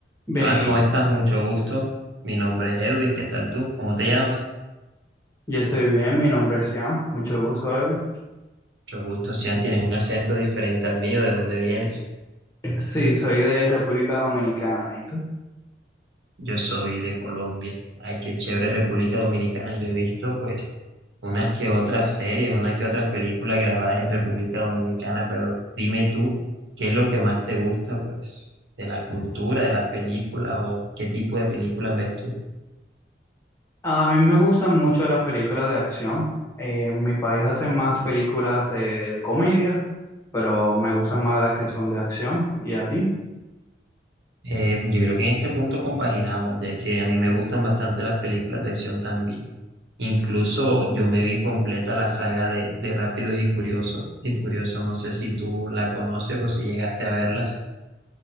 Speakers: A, on the left; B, on the right.
A: Bien,
B: ¿Qué más?
A: y
B: ¿Cómo estás? Mucho gusto. Mi nombre es Edwin. ¿Qué tal tú? ¿Cómo te llamas?
A: yo estoy bien. Mi nombre es Ian. Mucho gusto, Evelyn.
B: Mucho gusto, Sian. Tienes un acento diferente al mío. ¿De dónde vienes?
A: Sí, soy de República Dominicana. ¿Y tú?
B: Yo soy de Colombia. Ay, qué chévere República Dominicana. Yo he visto, pues, unas que otras series, unas que otras películas grabadas en República Dominicana, pero dime tú, ¿qué es lo que más te gusta, pues, de la cultura, de las películas o qué tipo de películas ves tú?
A: A mí me gustan mucho las películas de acción. Eh, en mi país hacen más películas eh, de comedia, pero me gustan más las que son de acción. ¿Y a ti?
B: Eh, yo creo que en este punto compaginamos, ya que a mí me gustan bastante las películas de acción también. Incluso yo me vi completa la saga de, de Rápidos y Curiosos y Furiosos. No sé si tú la conoces o si llegaste a verlas.